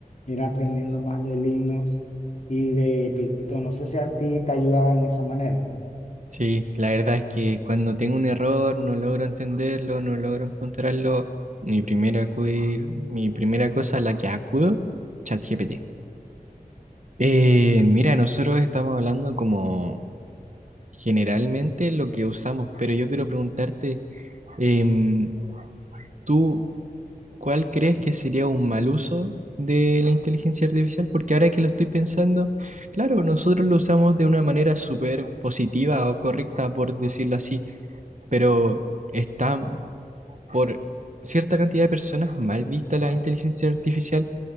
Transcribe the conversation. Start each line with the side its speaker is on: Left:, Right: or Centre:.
Left: ir aprendiendo más de Linux y de Python. No sé si a ti te ayuda en esa manera.
Right: Sí, la verdad es que cuando tengo un error, no logro entenderlo, no logro encontrarlo, mi primera, acudir- mi primera cosa a la que acudo, ChatGPT. Eh, mira, nosotros estamos hablando como generalmente lo que usamos, pero yo quiero preguntarte, em, ¿tú cuál crees que sería un mal uso de la inteligencia artificial? Porque ahora que lo estoy pensando, claro, nosotros lo usamos de una manera súper positiva o correcta, por decirlo así pero está por cierta cantidad de personas mal vista la inteligencia artificial.